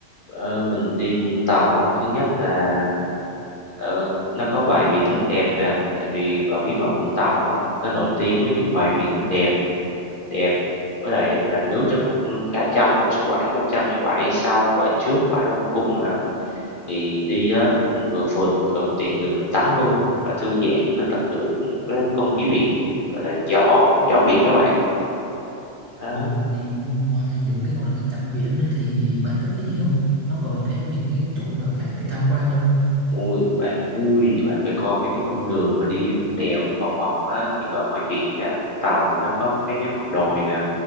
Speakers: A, on the left; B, on the right.
A: Ờ, mình đi Vũng Tàu á, thứ nhất là, ờ, nó có bãi biển đẹp nè, tại vì bạn biết mà Vũng Tàu á, nó nổi tiếng với những bãi biển đẹp đẹp, với lại là nước nó cũng khá trong, một số bãi khá trong như bãi sau, bãi trước, bãi Long Cung nè. Thì đi á, mình vừa phượt vừa tiện đường mình tắm luôn và thư giãn mà tận hưởng với không khí biển, gọi là gió gió biển các bạn, đó.
B: Ờ, thì ngoài những cái gọi là cảnh biển á thì bạn thích cái gì không? Nó còn cái những cái chỗ nào khác để tham quan không?
A: ui bạn, ui, bạn phải coi mấy cái cung đường mà đi đèo vòng vòng á, thì ở ngoài biển nè, Vũng Tàu nó có mấy cái ngọn đồi nè,